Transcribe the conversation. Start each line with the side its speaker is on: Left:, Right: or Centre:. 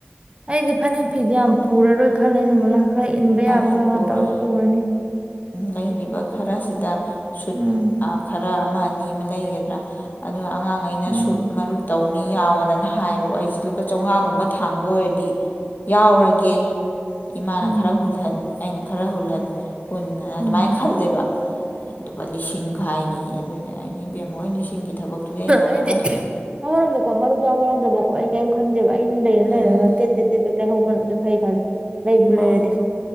Right: ꯑꯩꯗꯤ ꯐꯅꯦꯛ ꯐꯤꯗꯤ ꯌꯥꯝ
Left: ꯐꯅꯦꯛ
Right: ꯄꯨꯔꯔꯣꯏ
Left: ꯐꯤꯒ ꯌꯥꯝ
Right: ꯈꯜꯂꯦ
Left: ꯄꯨꯔꯔꯣꯏ
Right: ꯁꯣꯃꯂ ꯈꯔ
Left: ꯈꯜꯂꯦ,
Right: ꯏꯟꯕ ꯌꯥꯕ
Left: ꯑꯩꯁꯨ
Right: ꯈꯔ
Left: ꯄꯨꯔꯣꯏ
Right: ꯈꯔ ꯇꯧꯔ ꯄꯨꯔꯅꯤ
Left: ꯂꯩꯔꯤꯕ ꯈꯔꯁꯤꯗ ꯁꯨꯠ
Right: ꯎꯝ
Left: ꯑ ꯈꯔ ꯑꯃ ꯑꯅꯤ ꯑꯃ ꯂꯩꯒꯗꯔꯥ ꯑꯗꯨꯒ ꯑꯉꯥꯡ ꯒꯩꯅ
Right: ꯎꯝ
Left: ꯁꯨꯠ ꯃꯔꯨꯞ ꯇꯧꯅꯤ ꯌꯥꯎꯋꯣꯗꯅ ꯍꯥꯏꯌꯦꯕꯀꯣ ꯑꯩꯁꯦ ꯂꯨꯄꯥ ꯆꯥꯝꯃꯉꯥꯒꯨꯝꯕ ꯊꯥꯡꯕ ꯑꯣꯏꯔꯗꯤ ꯌꯥꯎꯔꯒꯦ ꯏꯃꯥꯅ
Right: ꯎꯝ
Left: ꯈꯔ ꯍꯨꯜꯍꯟ ꯑꯩꯅ ꯈꯔ ꯍꯨꯜꯍꯟ ꯍꯨꯟ ꯍꯥꯏꯅ ꯑꯗꯨꯃꯥꯏꯅ
Right: ꯎꯝ
Left: ꯈꯜꯂꯦꯕ ꯑꯗꯨꯒ ꯂꯤꯁꯤꯡ ꯈꯥꯏꯅꯤ ꯌꯦ ꯑꯗꯨꯗꯤ ꯀꯩꯥ ꯕꯦꯝ ꯍꯣꯏ ꯂꯤꯁꯤꯡꯒꯤ ꯊꯕꯛꯇꯨꯗꯤ ꯑꯩ ꯉꯝꯃꯔꯣꯏ
Right: ꯑꯩꯗꯤ ꯑꯃꯔꯣꯝꯗꯀꯣ ꯃꯔꯨꯞ ꯌꯥꯎꯕ ꯌꯥꯎꯗꯕꯀꯣ ꯑꯩ ꯀꯔꯤꯝ ꯈꯟꯗꯦꯕ ꯑꯩꯅ ꯂꯩꯔ ꯂꯩꯔꯒ
Left: ꯎꯝ
Right: ꯇꯦꯠ ꯇꯦꯠ ꯇꯦꯠ ꯇꯦꯠ ꯂꯩꯍꯧꯕꯅꯁꯨ ꯐꯩ ꯈꯜꯂꯤ ꯂꯩꯕꯨ
Left: ꯃꯥ
Right: ꯂꯩꯔꯗꯤ